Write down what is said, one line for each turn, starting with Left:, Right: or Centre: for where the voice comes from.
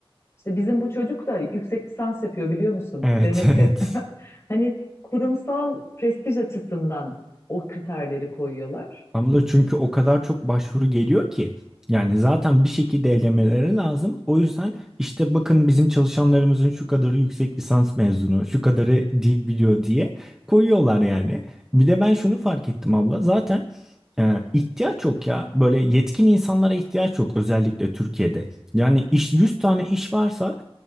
Left: İşte bizim bu çocuk da yüksek lisans yapıyor biliyor musun
Centre: Evet.
Left: demesi.
Centre: <laughs> Evet.
Left: <laughs> Hani kurumsal prestij açısından o kriterleri koyuyorlar.
Centre: Abla çünkü o kadar çok başvuru geliyor ki. Yani zaten bir şekilde elemeleri lazım. O yüzden işte bakın bizim çalışanlarımızın şu kadarı yüksek lisans mezunu, şu kadarı dil biliyor diye koyuyorlar yani. Bir de ben şunu fark ettim abla. Zaten e, ihtiyaç yok ya. Böyle yetkin insanlara ihtiyaç yok özellikle Türkiye'de. Yani iş 100 tane iş varsa